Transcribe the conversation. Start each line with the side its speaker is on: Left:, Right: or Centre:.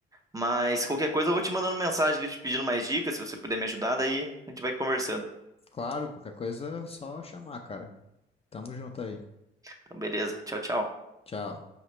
Right: Mas qualquer coisa eu vou te mandando mensagem ali, te pedindo mais dicas. Se você puder me ajudar, daí a gente vai conversando.
Left: Claro, qualquer coisa é só chamar, cara. Tamo junto aí.
Right: Então, beleza. Tchau, tchau.
Left: Tchau.